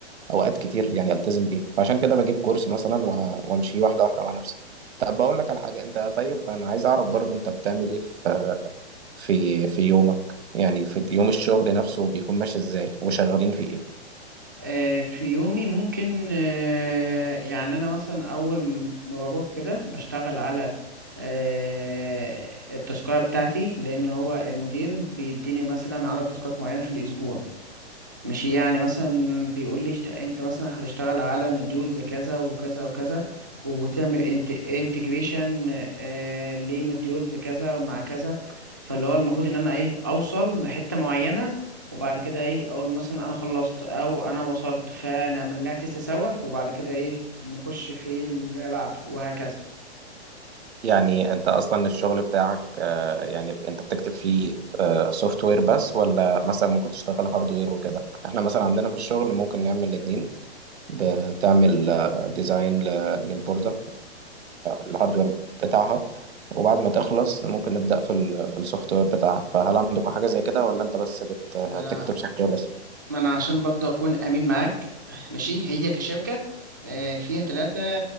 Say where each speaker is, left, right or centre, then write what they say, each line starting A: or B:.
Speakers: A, on the right (about 70°); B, on the right (about 20°).
A: اوقات كتير يعني التزم بيها فعشان كده بجيب كورس مثلا و- وامشي واحده واحده مع نفسي طب بقول لك على حاجه انت طيب انا عايز اعرف برضو انت بتعمل ايه في في في يومك يعني في يوم الشغل نفسه بيكون ماشي ازاي وشغالين في ايه
B: آه، في يومي ممكن آه، يعني أنا مثلا أول ما بروح كده بشتغل على آه، التاسكاية بتاعتي لأن هو المدير بيديني مثلا عدد تاسكات معينة في الأسبوع مش يعني مثلا بيقول لي اشت- انت مثلا هتشتغل على مديولز كذا وكذا وكذا وتعمل انت انتجريشن لمديولز كذا مع كذا فاللي هو المفروض ان انا ايه اوصل لحتة معينة وبعد كده ايه اقول له مثلا انا خلصت او انا وصلت فنعمل لها تيست سوا وبعد كده ايه نخش في اللي بعده وهكذا
A: يعني انت اصلا الشغل بتاعك آه، يعني انت بتكتب فيه سوفت وير بس ولا مثلا ممكن تشتغل هارد وير وكده احنا مثلا عندنا في الشغل ممكن نعمل الاثنين بتعمل ديزاين للبوردة الهارد وير بتاعها وبعد ما تخلص ممكن نبدأ في ال في السوفت وير بتاعها فهل عندكم حاجة زي كده ولا انت بس بت- بتكتب
B: ما انا
A: سوفت وير
B: ما انا عشان برضه اكون امين معاك ماشي هي كشركه آه، فيها ثلاثه